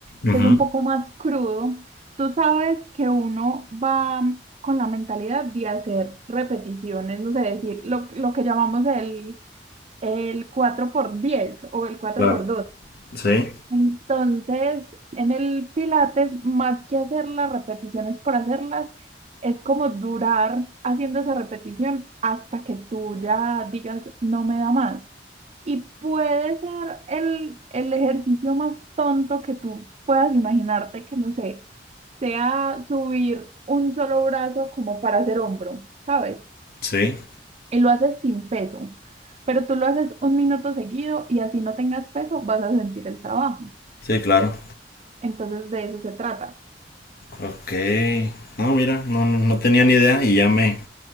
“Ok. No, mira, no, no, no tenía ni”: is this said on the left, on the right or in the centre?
Left